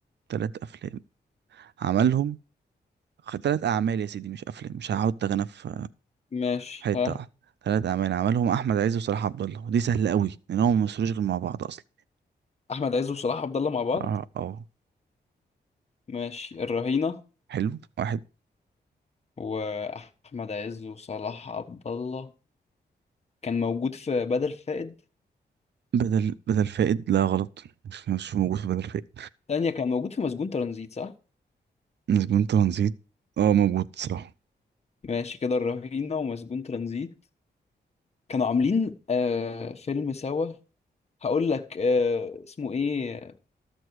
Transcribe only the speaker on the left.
ماشي
ها
أحمد عز وصلاح عبد الله مع بعض
ماشي الرهينة
وأحمد عز وصلاح عبد الله كان موجود في بدل فائد
تانية كان موجود في مسجون ترانزيت صح؟
ماشي كده الرهينة ومسجون ترانزيت كانوا عاملين آه فيلم سوا هقول لك آه، اسمه ايه